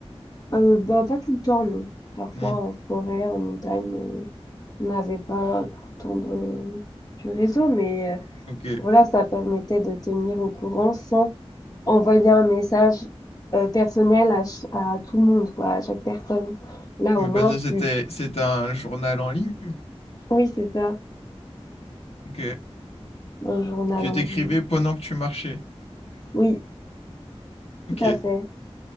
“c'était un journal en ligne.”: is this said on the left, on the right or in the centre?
Left